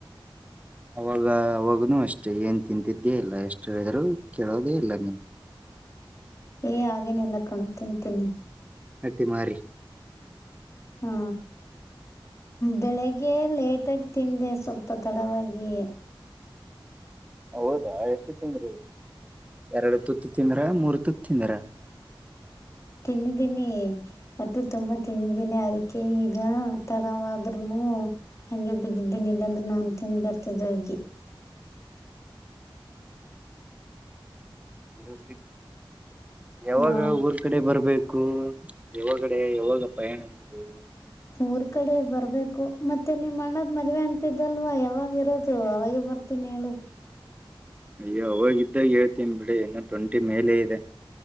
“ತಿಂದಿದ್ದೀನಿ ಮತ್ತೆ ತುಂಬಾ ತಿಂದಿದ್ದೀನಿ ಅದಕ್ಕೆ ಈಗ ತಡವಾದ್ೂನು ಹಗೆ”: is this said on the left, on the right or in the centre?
Left